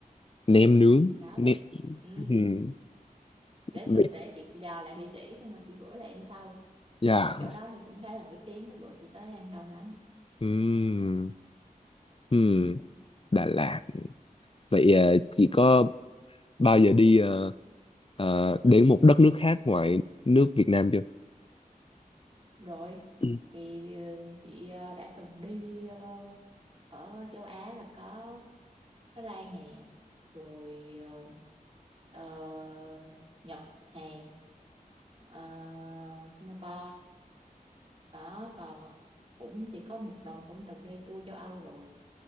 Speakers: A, on the left; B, on the right.
A: Nem nướng.
B: đó
A: Nem.
B: thì ừ
A: Ừm,
B: để
A: Vậy.
B: cập để chị dò lại địa chỉ xong rồi chị gửi lại em sau
A: Dạ.
B: nhưng mà chỗ đó thì cũng khá là nổi tiếng đó bữa chị tới ăn đông lắm
A: Ừm, ừm, Đà Lạt. Vậy ờ, chị có bao giờ đi ờ, ờ, đến một đất nước khác ngoài nước Việt Nam chưa? <clears throat>
B: rồi
A: Ừ.
B: thì ờ, chị ờ, đã từng đi ờ, ở châu Á là có Thái Lan nè rồi ờ, ờ, Nhật Hàn ờ, Singapore đó còn cũng chỉ có một lần cũng từng đi tour châu Âu rồi